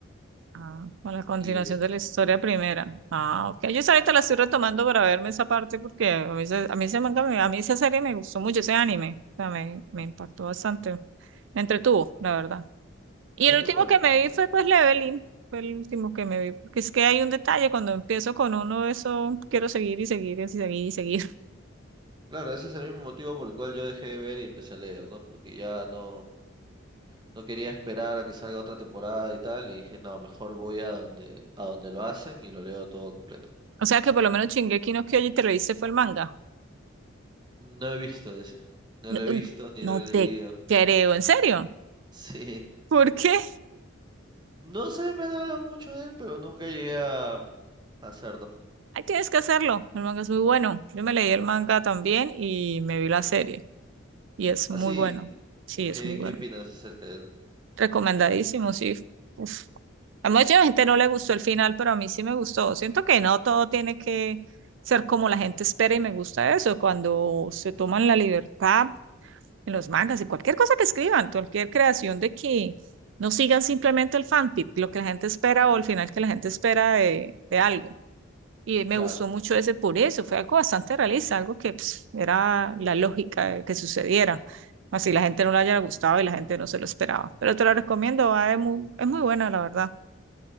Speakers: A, on the right; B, on the right.
A: Ah, con la continuación
B: y etcétera.
A: de la historia primera. Ah, ok. Yo esa ahorita la estoy retomando para verme esa parte porque a mí, se- a mí, ese manga me- a mí esa serie me gustó mucho, ese anime. O sea, me, me impactó bastante. Me entretuvo, la verdad. Y
B: Es
A: el
B: muy
A: último
B: bueno,
A: que me
B: muy bueno.
A: vi fue pues Leveling, fue el último que me vi, porque es que hay un detalle, cuando empiezo con uno, eso quiero seguir y seguir y seguir y seguir. <laughs>
B: Claro, ese es el mismo motivo por el cual yo dejé de ver y empecé a leer, ¿no? Porque ya no no quería esperar a que salga otra temporada y tal, y dije, no, mejor voy a donde, a donde lo hacen y lo leo todo completo.
A: O sea que por lo menos Shingeki no Kyojin te lo viste fue el manga.
B: No he visto ese, no
A: No,
B: lo he
A: mm,
B: visto ni
A: no
B: lo he
A: te
B: leído.
A: creo,
B: <laughs>
A: en serio.
B: Sí,
A: ¿Por qué?
B: no sé, me han hablado mucho de él, pero nunca llegué a hacerlo.
A: Ahí tienes que hacerlo. El manga es muy bueno. Yo me leí el manga también y me vi la serie y es
B: Así,
A: muy bueno. Sí, es
B: ¿qué,
A: muy bueno.
B: qué opinas acerca de él?
A: Recomendadísimo, sí. Uf. A mucha gente no le gustó el final, pero a mí sí me gustó. Siento que no todo tiene que ser como la gente espera y me gusta eso. Cuando se toman la libertad en los mangas, en cualquier cosa que escriban, cualquier creación de que no sigan simplemente el fanfic, lo que la gente espera o el final que la gente espera de, de algo. Y me
B: Claro,
A: gustó mucho ese por eso, fue algo bastante realista, algo que pues, era la lógica de que sucediera. Así la gente no le haya gustado y la gente no se lo esperaba. Pero te lo recomiendo, va, es muy, es muy buena, la verdad.